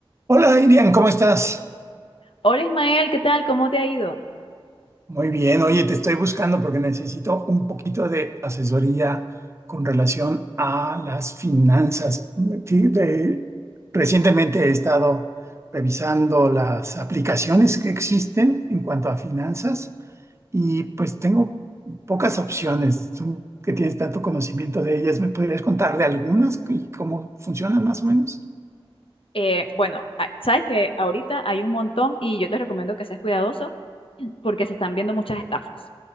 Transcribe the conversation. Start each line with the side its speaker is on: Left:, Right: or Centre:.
Right: Hola, Irian, ¿cómo estás?
Left: Hola Ismael, ¿qué tal? ¿Cómo te ha ido?
Right: Muy bien, oye, te estoy buscando porque necesito un poquito de asesoría con relación a las finanzas. Sí, de- recientemente he estado revisando las aplicaciones que existen en cuanto a finanzas y pues tengo pocas opciones. Tú que tienes tanto conocimiento de ellas, ¿me podrías contar de algunas y cómo funcionan más o menos?
Left: Eh, bueno, a- sabes que ahorita hay un montón y yo te recomiendo que seas cuidadoso porque se están viendo muchas estafas.